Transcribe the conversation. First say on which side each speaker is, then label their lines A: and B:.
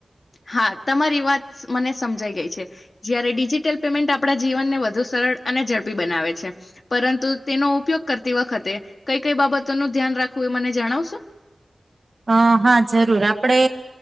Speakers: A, on the left (about 65°); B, on the right (about 55°).
A: હા તમારી વાત મને સમજાઈ ગઈ છે જયારે ડિજિટલ પેમેન્ટ આ આપણા જીવનને વધુ સરળ અને ઝડપી બનાવે છે પરંતુ તેનો ઉપયોગ કરતી વખતે કઈ કઈ બાબતોનું ધ્યાન રાખવું એ મને જણાવશો
B: અ હા જરૂર આપડે